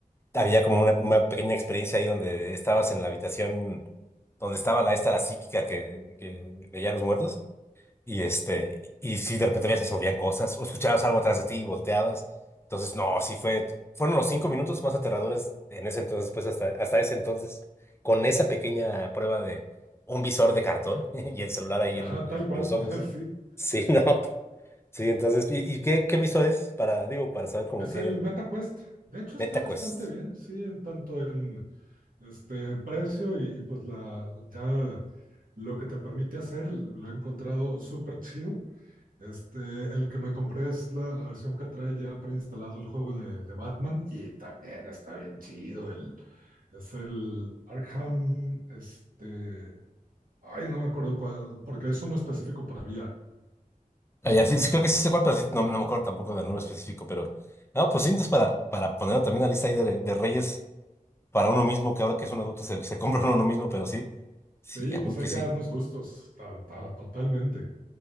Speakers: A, on the left (about 15°); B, on the right (about 75°).
A: había como una, una pequeña experiencia ahí donde estabas en la habitación donde estaba la esta, la psíquica que, que veía a los muertos. Y este, y si de repente veías que se movían cosas, o escuchabas algo atrás de ti y volteabas. Entonces, no, sí fue, fueron los cinco minutos más aterradores en ese entonces, pues hasta, hasta ese entonces, con esa pequeña prueba de un visor de cartón <laughs> y el celular ahí
B: Ajá,
A: en,
B: tal
A: en
B: cual,
A: los ojos.
B: <laughs> sí.
A: Sí, <laughs> no, sí, entonces, ¿y, y qué, qué visor es? Para, digo, para saber como
B: Es
A: qué
B: el MetaQuest. De hecho,
A: meta
B: está bastante
A: quest.
B: bien, sí, en tanto en este precio y, y pues la, ya lo que te permite hacer, lo he encontrado súper chido. Este, el que me compré es la, la versión que trae ya preinstalado el juego de, de Batman y también está bien chido. El, es el Arkham, este, ay, no me acuerdo cuál, porque eso no es específico para VR.
A: Ah, ya, sí, sí, creo que sí sé cuál, pero sí, no, no me acuerdo tampoco del nombre específico, pero, no, pues sí, entonces para, para ponerlo también en la lista ahí de, de reyes para uno mismo, que ahora que es un adulto se, se compra uno mismo, pero sí, sí,
B: Sí,
A: a
B: pues
A: huevo que
B: hay
A: sí.
B: que darnos gustos, ta- ta- totalmente.